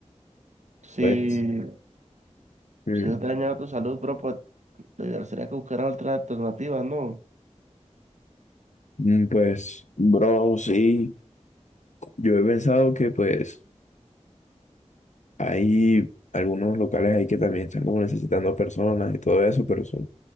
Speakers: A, on the right; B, on the left.
A: si,
B: pues, mm,
A: si está dañando tu salud, bro, pues, lo ideal sería que buscaras otras alternativas, ¿no?
B: mm, pues, bro, sí, yo he pensado que pues hay algunos locales ahí que también están como necesitando personas y todo eso, pero son